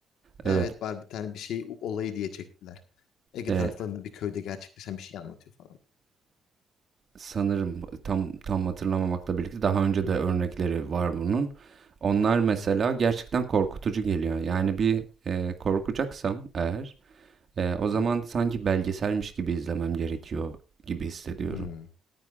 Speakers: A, on the right (about 45°); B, on the left (about 80°).
A: evet
B: Evet var bir tane bir şey o- olayı diye çektiler. Ege
A: e,
B: taraflarında bir köyde gerçekleşen bir şey anlatıyor falan.
A: sanırım tam tam hatırlamamakla birlikte daha önce
B: Hı
A: de
B: hı.
A: örnekleri var bunun. Onlar mesela
B: Hı hı.
A: gerçekten korkutucu geliyor. Yani bir e, korkacaksam eğer e, o zaman
B: Hı hı.
A: sanki belgeselmiş gibi izlemem gerekiyor gibi hissediyorum.
B: Hmm,